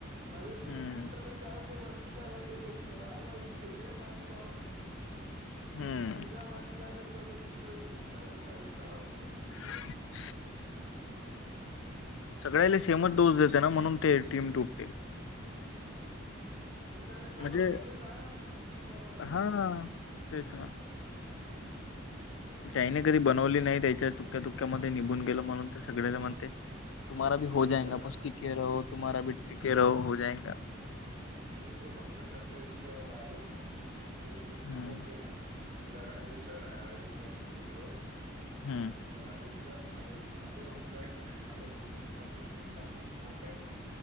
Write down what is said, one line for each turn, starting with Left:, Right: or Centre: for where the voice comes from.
Right: नवीन डिस्ट्रीब्युटरच.
Left: हम्म
Right: चालते बा ठीक आहे बा ते गोष्ट आला जुने माणस.
Left: हम्म
Right: जुन्या माणसा आल्या त्या गोष्टी थोडी विका विका विका लावून दिला‌
Left: <unintelligible> सगळ्याला सेमच डोस देते ना म्हणून ते टीम तुटते.
Right: म जुन्यारला झाल
Left: म्हणजे
Right: त्याला सांगा टिम बनवायच.
Left: हा तेच ना. जाईने कधी बनवली नाही त्याच्या तुक्या तुक्यामध्ये निघून गेलं म्हणून ते सगळ्याला म्हणते. तुम्हाारा भ
Right: नाही
Left: हो जायगा
Right: दादा
Left: पस टिके राो तुम्हाारा भ टिके राो हो जायगा.
Right: मी ते पंकज सरच्या विषयावर राहिलो म एकच
Left: हम्म
Right: विचार केला. तुला राजू सर ह राजू सरशी बोललो.
Left: हम्म.
Right: राजीव सर म मला म्हटलं मला तुम्ही सपोर्ट केला. तरी बहत आहे मग.